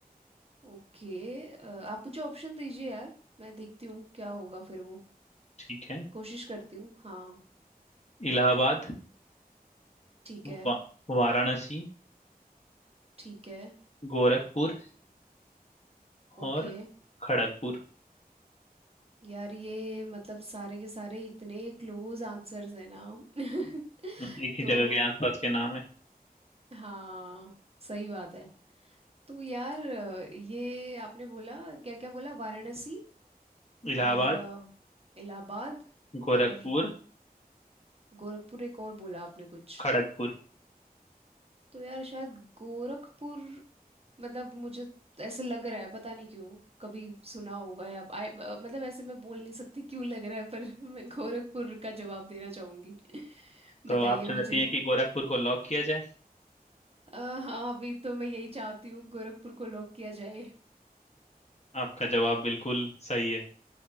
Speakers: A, on the right; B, on the left.
A: ओके अ, आप मुझे ऑप्शन दीजिए यार मैं देखती हूँ क्या होगा फिर वो
B: ठीक है
A: कोशिश करती हूँ हाँ
B: इलाहाबाद
A: ठीक है
B: वा, वाराणसी
A: ठीक है
B: गोरखपुर और
A: ओके
B: खड़गपुर
A: यार ये मतलब सारे के सारे इतने क्लोज आंसर्स है ना <laughs>
B: हम्म, एक ही
A: तो
B: जगह के आसपास के नाम है
A: हाँ सही बात है तो यार ये आपने बोला क्या क्या बोला वाराणसी
B: इलाहाबाद
A: और अ, इलाहाबाद और
B: गोरखपुर
A: गोरखपुर एक और बोला आपने कुछ
B: खड़गपुर
A: तो यार शायद गोरखपुर मतलब मुझे ऐसे लग रहा है पता नहीं क्यों कभी सुना होगा या I- अ, मतलब ऐसे मैं बोल नहीं सकती क्यों लग रहा है पर <laughs> मैं गोरखपुर का जवाब देना चाहूंगी <laughs>
B: तो
A: बताइए
B: आप चाहती
A: मुझे
B: हैं कि गोरखपुर को लॉक किया जाए
A: अ, हाँ अभी तो मैं यही चाहती हूँ गोरखपुर को लॉक किया जाए
B: आपका जवाब बिल्कुल सही है